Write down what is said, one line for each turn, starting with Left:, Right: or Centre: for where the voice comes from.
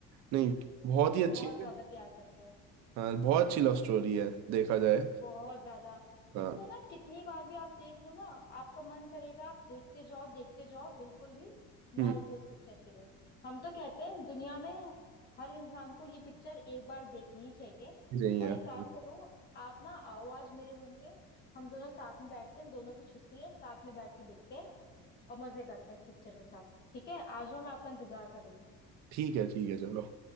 Right: नहीं बहुत ही अच्छी
Left: बहुत ज्यादा प्यार करते हैं
Right: हाँ बहुत अच्छी लव स्टोरी है देखा जाए
Left: बहुत ज्यादा
Right: हाँ
Left: इसको ना कितनी बार भी आप देख लो ना आपका मन करेगा आप देखते जाओ देखते जाओ बिल्कुल भी
Right: हम्म
Left: ना रुको इस पिक्चर के लिए हम तो कहते हैं दुनिया में हर इंसान को ये पिक्चर एक बार देखनी ही चाहिए
Right: सही
Left: और
Right: है
Left: एक
Right: हाँ,
Left: काम करो आप ना आओ आज मेरे रूम पे हम दोनों साथ में बैठते हैं दोनों की छुट्टी है साथ में बैठ के देखते हैं और मजे करते हैं इस पिक्चर के साथ ठीक है आ जाओ मैं आपका इंतजार कर रही हूँ
Right: ठीक है ठीक है चलो